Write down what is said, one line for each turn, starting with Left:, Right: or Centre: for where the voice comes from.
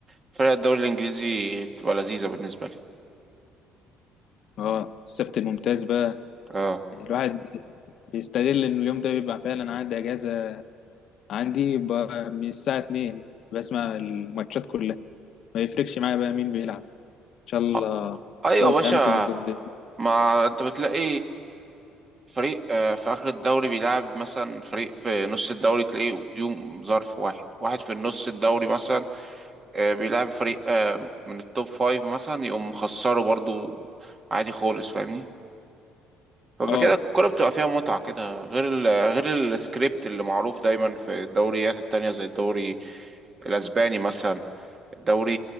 Right: فرق الدوري الإنجليزي بتبقى لذيذة بالنسبة لي
Left: اه السبت الممتاز بقى
Right: اه
Left: الواحد بيستغل ان اليوم ده بيبقى فعلا عندي اجازة عندي بقى من الساعة 2 بسمع الماتشات كلها ما يفرقش معايا بقى مين بيلعب ان شاء الله
Right: آه، أيوة
Left: ساوثهامبتون
Right: يا باشا
Left: ضد
Right: ما أنت بتلاقي فريق آه، في آخر الدوري بيلعب مثلا فريق في نص الدوري تلاقيه يوم ظرف واحد واحد في النص الدوري مثلا آه، بيلعب فريق آه، من التوب فايف مثلا يقوم خسره برضو عادي خالص فاهمني فبقى
Left: اه
Right: كده الكورة بتبقى فيها متعة كده غير ال غير السكريبت اللي معروف دايما في الدوريات التانية زي الدوري الأسباني مثلا الدوري